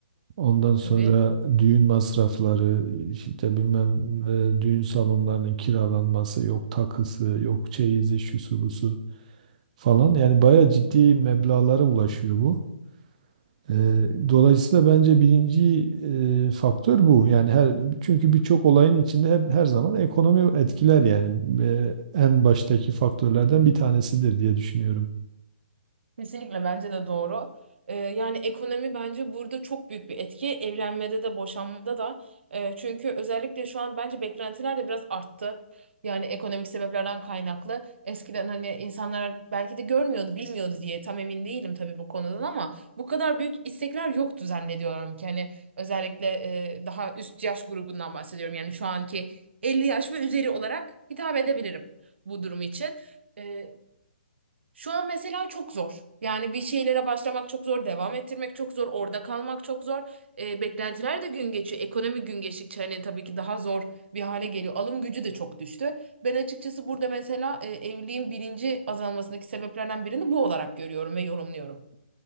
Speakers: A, on the right; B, on the right.
A: Ondan sonra
B: Tabii.
A: düğün masrafları, işte bilmem e, düğün salonlarının kiralanması, yok takısı, yok çeyizi, şusu busu. falan. Yani bayağı ciddi meblağlara ulaşıyor bu. Eee, dolayısıyla bence birinci eee, faktör bu. Yani her çünkü birçok olayın içinde hep her zaman ekonomi etkiler yani Eee, en baştaki faktörlerden bir tanesidir diye düşünüyorum.
B: Kesinlikle bence de doğru. Ee, yani ekonomi bence burada çok büyük bir etki. Evlenmede de boşanmada da. Ee, çünkü özellikle şu an bence beklentiler de biraz arttı. Yani ekonomik sebeplerden kaynaklı. Eskiden hani insanlar belki de görmüyordu, bilmiyordu diye tam emin değilim tabii bu konudan ama bu kadar büyük istekler yoktu zannediyorum ki. Hani özellikle e, daha üst yaş grubundan bahsediyorum. Yani şu anki 50 yaş ve üzeri olarak hitap edebilirim bu durum için. Ee, şu an mesela çok zor. Yani bir şeylere başlamak çok zor, devam ettirmek çok zor, orada kalmak çok zor. E, beklentiler de gün geçiyor. Ekonomi gün geçtikçe hani tabii ki daha zor bir hale geliyor. Alım gücü de çok düştü. Ben açıkçası burada mesela e, evliliğin birinci azalmasındaki sebeplerden birini bu olarak görüyorum ve yorumluyorum.